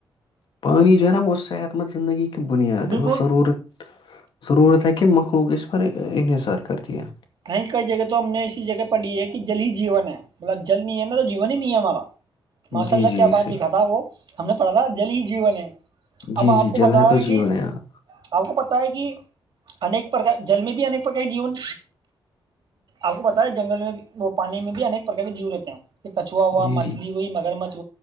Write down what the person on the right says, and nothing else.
بالکل
کہیں کئی جگہ تو ہم نے اسسی جگہ پر لی ہے کہ جل ہی جیون ہے مطلب جل نہیں ہے نا تو جیون ہی نہیں ہے ہمارا ماشاء
اللہ
کیا بات
لکھا تھا وہ ہم نے پڑھا تھا جل ہی جین ہے
اب آپ
کو
پت ہے
کہ
آپ کو پت ہے کہ ایک پرک جلمی بھی ایک پرک جیون آپ کو پتا ہے جنگل میں وہ پانی میں بھی انیک پرک کے جیو رہتے ہیں کہ کچوا ہوا
مچھلی
ہوئی مگر مچ